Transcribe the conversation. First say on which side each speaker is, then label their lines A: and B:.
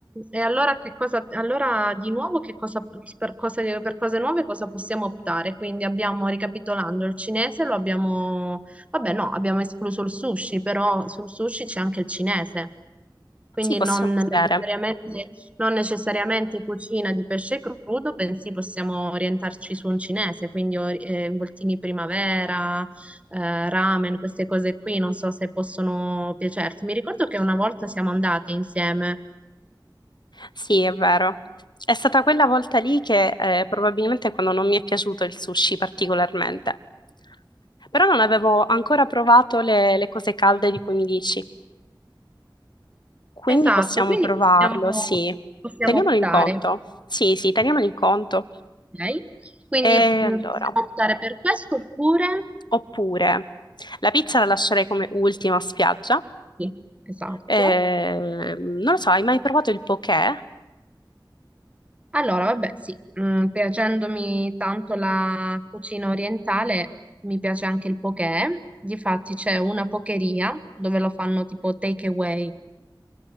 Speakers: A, on the right; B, on the left.
A: E allora, che cosa, allora di nuovo che cosa, per cose, per cose nuove cosa possiamo optare? Quindi abbiamo, ricapitolando, il cinese lo abbiamo, vabbè no, abbiamo escluso il sushi, però sul sushi c'è anche il cinese, quindi
B: Sì, possiamo
A: non necessariamente,
B: vedere.
A: non necessariamente cucina di pesce crudo, bensì possiamo orientarci su un cinese, quindi or- eh, involtini primavera, eh, ramen, queste cose qui, non so se possono piacerti. Mi ricordo che una volta siamo andate insieme.
B: Sì, è vero. È stata quella volta lì che eh, probabilmente quando non mi è piaciuto il sushi particolarmente. Però non avevo ancora provato le, le cose calde di cui mi dici. Quindi
A: Esatto,
B: possiamo
A: quindi
B: provarlo,
A: possiamo,
B: sì.
A: possiamo
B: Teniamolo
A: optare,
B: in conto. Sì, sì, teniamolo in conto.
A: ok? Quindi
B: E
A: mh,
B: allora,
A: possiamo optare per questo oppure...
B: oppure la pizza la lascerei come ultima spiaggia.
A: Sì, esatto.
B: Eh, non lo so, hai mai provato il poké?
A: Allora, vabbè, sì, mh, piacendomi tanto la cucina orientale, mi piace anche il poké. Difatti c'è una pokeria dove lo fanno tipo take away,